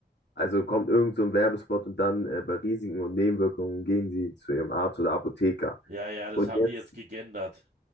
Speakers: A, on the left; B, on the right.
A: Also kommt irgend so ein Werbespot und dann äh, bei Risiken und Nebenwirkungen gehen Sie zu Ihrem Arzt oder Apotheker.
B: Ja, ja, das
A: Und
B: haben
A: jetzt,
B: die jetzt gegendert.